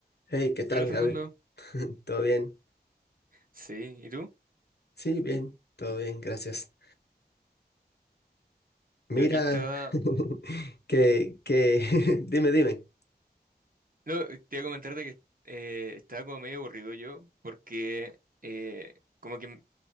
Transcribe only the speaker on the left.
Hey, ¿qué tal,
Gabriel? <laughs> ¿Todo bien?
Sí, bien, todo bien, gracias. Mira,
<laughs> que, que, <laughs> dime, dime.